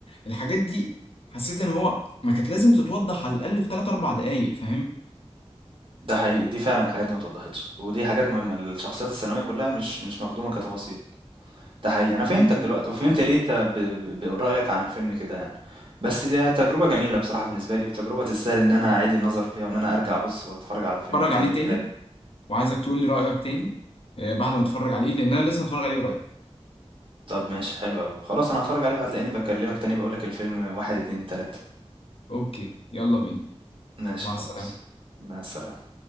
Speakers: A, on the left (about 60°); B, on the right (about 55°).
A: الحاجات دي حسيت ان هو ما كانت لازم تتوضح على الاقل في 3 4 دقايق فاهم
B: ده حقيقي، دي فعلًا الحاجات دي ما اتوضّحتش، ودي حاجات مهمة، الشخصيات الثانوية كلّها مش مش مخدومة كتفاصيل، ده حقيقي، أنا
A: آه،
B: فهمتك دلوقتي وفهمت ليه أنت ب ب رأيك عن الفيلم كده يعني، بس دي تجربة جميلة بصراحة بالنسبة لي، وتجربة تستاهل إن أنا أعيد النظر فيها وإن أنا أرجع أبُص وأتفرّج على الفيلم
A: اتفرج
B: تاني
A: عليه
B: وتالت.
A: تاني وعايزك تقول لي رأيك تاني آه، بعد ما اتفرج عليه لان انا لسه متفرج عليه قريب
B: طب ماشي حلو أوي، خلاص أنا هاتفرّج عليه وهتلاقيني باكلّمك تاني باقول لك الفيلم 1، 2، 3
A: اوكي يلا بينا
B: ماشي
A: مع
B: خلاص،
A: السلامة
B: مع السلامة.